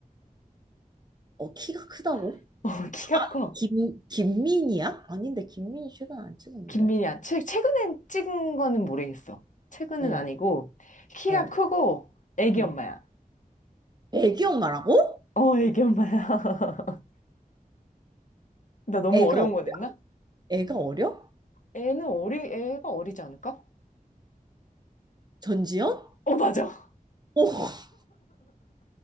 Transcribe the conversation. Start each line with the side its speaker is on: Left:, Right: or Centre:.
Right: 어, 키가 크다고?
Left: <laughs> 어, 키가 커.
Right: 김, 김민희야? 아닌데, 김민희 최근 안 찍었는데.
Left: 김민희 안, 최, 최근에 찍은 거는 모르겠어. 최근은
Right: 어,
Left: 아니고, 키가
Right: 어.
Left: 크고, 애기
Right: 어.
Left: 엄마야.
Right: 애기 엄마라고?
Left: 어, 애기 엄마야. <laughs> 나 너무
Right: 애가
Left: 어려운
Right: 어려?
Left: 거 냈나?
Right: 애가 어려?
Left: 애는 어리, 애가 어리지 않을까?
Right: 전지현?
Left: 어, 맞아.
Right: 오, <laughs>